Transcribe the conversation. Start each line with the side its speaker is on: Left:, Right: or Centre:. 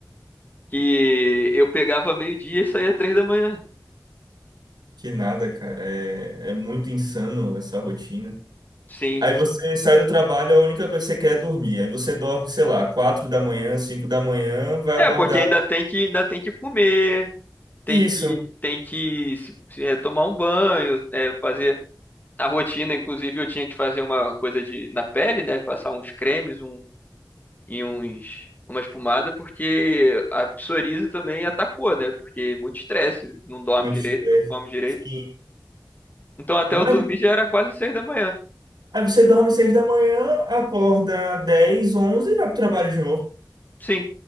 Left: que eu pegava meio-dia e saía três da manhã.
Right: Que nada, cara. É, é muito insano essa rotina.
Left: Sim.
Right: Aí você sai do trabalho, a única coisa que você quer é dormir. Aí você dorme, sei lá, 4 da manhã, 5 da manhã, vai acordar.
Left: É, porque ainda tem que ainda tem que comer,
Right: Isso.
Left: tem que tem que se- se- é, tomar um banho, é, fazer a rotina. Inclusive eu tinha que fazer uma coisa de na pele, né? Passar uns cremes, um e uns uma espumada, porque a psoríase também atacou, né? Porque muito estresse, não dorme
Right: Muito
Left: direito,
Right: estresse.
Left: não come direito.
Right: Sim.
Left: Então até
Right: Imagina.
Left: eu dormir já era quase seis da manhã.
Right: Aí você dorme seis da manhã, acorda 10, 11 e vai pro trabalho de novo.
Left: Sim.